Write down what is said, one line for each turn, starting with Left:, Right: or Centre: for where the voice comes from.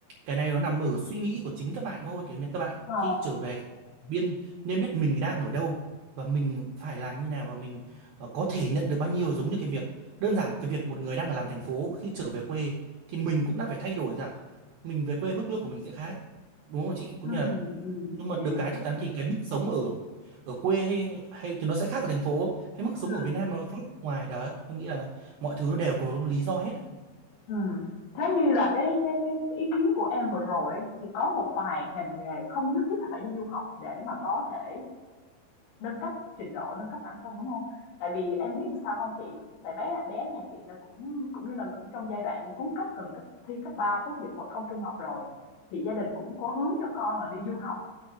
Right: cái này nó nằm ở suy nghĩ của chính các bạn thôi kiểu như các bạn
Left: ờ.
Right: khi trở về biên nên biết mình đang ở đâu và mình phải làm như nào và mình ờ, có thể nhận được bao nhiêu giống như cái việc đơn giản cái việc một người đang ở làm thành phố khi trở về quê thì mình cũng đã phải thay đổi rằng mình về quê mức lương của mình sẽ khác đúng không chị cũng
Left: Ừm,
Right: như là
Left: ừm.
Right: nhưng mà
Left: Chị
Right: được cái
Left: hiểu.
Right: chắc chắn thì cái mức sống ở ở quê hay hay thì nó sẽ khác ở thành phố hay mức sống
Left: Ừm,
Right: ở Việt Nam nó khác ngoài đó em nghĩ là mọi thứ nó đều có lý do hết
Left: ừm. Thế như là cái cái cái cái ý kiến của em vừa rồi ấy, thì có một vài ngành nghề không nhất thiết là phải đi du học để mà có thể nâng cấp trình độ, nâng cấp bản thân, đúng không? Tại vì em biết làm sao không chị? Cũng tại bé bé nhà chị là cũng cũng như là cũng trong giai đoạn cuối cấp gần cấp thi cấp 3 tốt nghiệp phổ thông trung học rồi, thì gia đình cũng có hướng cho con là đi du học.